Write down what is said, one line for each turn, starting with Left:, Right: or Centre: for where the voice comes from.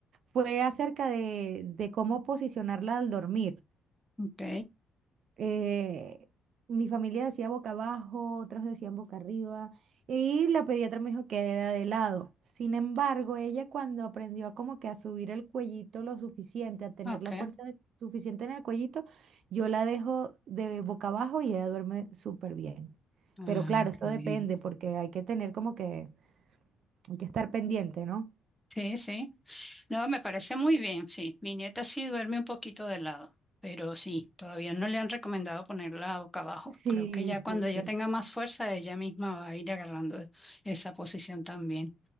Right: fue acerca de, de cómo posicionarla al dormir.
Centre: Ok,
Right: Eh, mi familia decía boca abajo, otros decían boca arriba, y la pediatra me dijo que era de lado. Sin embargo, ella cuando aprendió a como que a subir el cuellito lo suficiente, a tener
Centre: ok.
Right: la fuerza suficiente en el cuellito, yo la dejo de boca abajo y ella duerme súper bien.
Centre: Ah,
Right: Pero claro, esto
Centre: qué
Right: depende
Centre: bien.
Right: porque hay que tener como que, hay que estar pendiente, ¿no?
Centre: Sí, sí. No, me parece muy bien, sí. Mi nieta sí duerme un poquito de lado, pero sí, todavía no le han recomendado ponerla boca abajo.
Right: Sí,
Centre: Creo que ya cuando
Right: sí, sí.
Centre: ella tenga más fuerza, ella misma va a ir agarrando esa posición también.